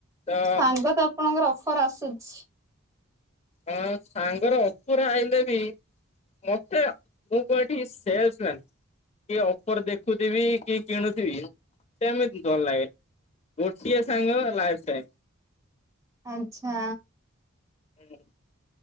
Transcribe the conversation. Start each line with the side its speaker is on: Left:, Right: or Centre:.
Left: ତ
Right: ସାଙ୍ଗ ତ ଆପଣଙ୍କର ଅଫର୍ ଆସୁଛି।
Left: ହଁ ସାଙ୍ଗର ଅଫର ଆଇଲେ ବି ମତେ, ମୁଁ କଣ ଏଠି ସେଲ୍ସ ମ୍ୟାନ୍? କି ଅଫର୍ ଦେଖୁଥିବି କି କିଣୁଥିବି, ସେମିତି ଭଲ ଲାଗେ ଗୋଟିଏ ସାଙ୍ଗ ଲାଇଫଟାଇମ୍।
Right: ଆଚ୍ଛା।
Left: <inaudible>